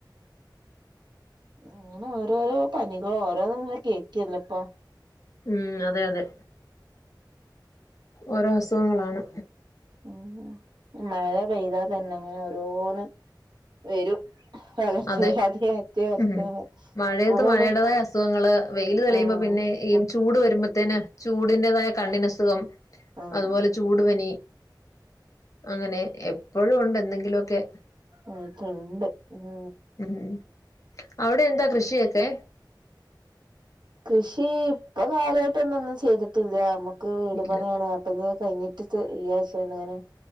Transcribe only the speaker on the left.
ഉം അതെ അതെ ഓരോ അസുഖങ്ങളാണ്.
അതെ
ഉം മഴയത്ത്
മഴയുടേതായ അസുഖങ്ങള് വെയില് തെളിയുമ്പോ
പിന്നെ
ഈ ചൂട് വരുമ്പോ. ത്തേന് ചൂടിൻ്റെതായ കണ്ണിനസുഖം
അതുപോലെ ചൂടു പനി. അങ്ങനെ എപ്പോഴും ഉണ്ട് എന്തെങ്കിലുമൊക്കെ.
ഉ അവിടെ എന്താ കൃഷിയൊക്കെ.
ഇല്ല